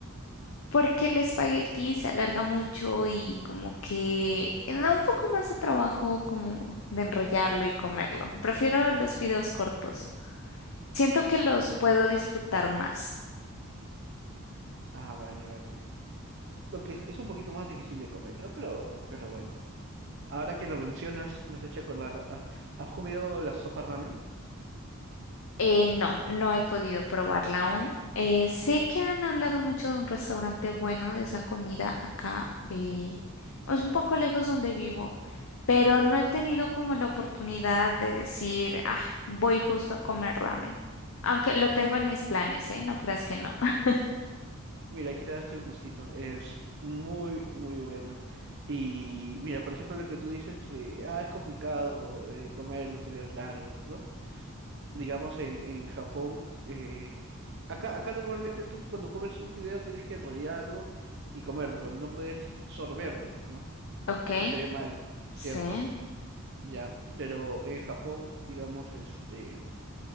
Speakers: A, on the left; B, on the right.
A: Porque el espagueti se alarga mucho y como que da un poco más de trabajo como de enrollarlo y comerlo. Prefiero los fideos cortos. Siento que los
B: Ah,
A: puedo disfrutar más.
B: ah, vale, vale. Aunque es es un poquito más difícil de comer, creo, pero, pero bueno. Ahora que lo mencionas, me has hecho acordar. ah, ¿Has comido la sopa ramen?
A: Eh, no, no he podido probarla aún. Eh, sé que han hablado mucho de un restaurante bueno de esa comida acá. eh, es un poco lejos donde vivo, pero no he tenido como la oportunidad de decir, ah, voy justo a comer ramen. Aunque lo tengo en mis planes, ¿eh? No creas que no. <laughs>
B: Mira, hay que darse un gustito. Es muy, muy bueno. Y mira, por ejemplo, lo que tú dices de, ah, es complicado eh, comer los fideos largos, ¿no? Digamos, en, en Japón, eh, acá, acá normalmente tú cuando comes un fideo tienes que enrollarlo y comerlo, pero no puedes sorberlo, ¿no?
A: Ok,
B: Porque se ve mal, ¿cierto?
A: sí,
B: Ya, pero en Japón, digamos, este,